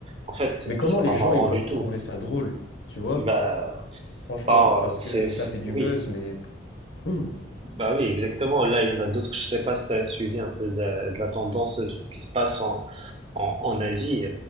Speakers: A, on the right; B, on the left.
A: en fait, c'est
B: Mais comment
A: c'est
B: les
A: pas marrant
B: gens, ils peuvent
A: du tout.
B: trouver ça drôle, tu vois?
A: Bah,
B: Franchement,
A: bah,
B: parce
A: euh, c'est,
B: que
A: c'est-
B: ça fait du
A: oui.
B: buzz, mais... <clears throat> Hmm.
A: Bah oui, exactement. Là, il y en a d'autres. Je sais pas si tu as suivi un peu de, de la tendance, ce qui se passe en, en, en Asie.